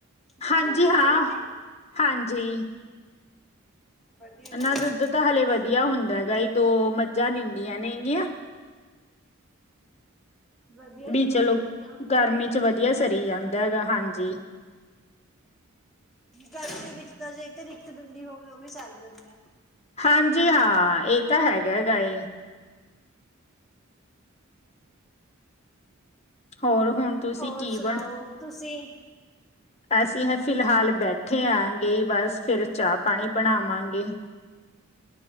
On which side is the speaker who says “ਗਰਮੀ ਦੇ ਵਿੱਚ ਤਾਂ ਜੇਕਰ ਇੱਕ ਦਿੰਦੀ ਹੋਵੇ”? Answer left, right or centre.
Centre